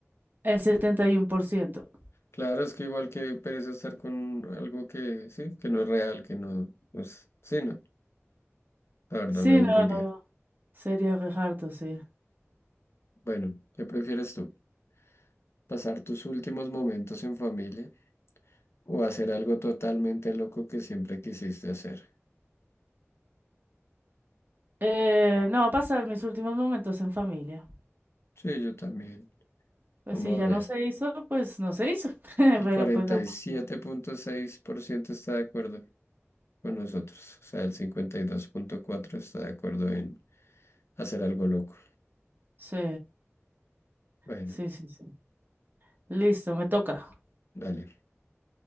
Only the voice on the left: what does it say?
Claro, es que igual que pereza estar con algo que, sí, que no es real, que no, pues, sí, no, la verdad
me aburriría.
Bueno, ¿qué prefieres tú? ¿Pasar tus últimos momentos en familia? O hacer algo totalmente loco que siempre quisiste hacer.
Sí, yo también.
Vamos
a ver.
El cuarenta
y
siete punto seis por ciento está de acuerdo con nosotros. O sea, el 52.4% está de acuerdo en hacer algo loco.
Bueno,
dale,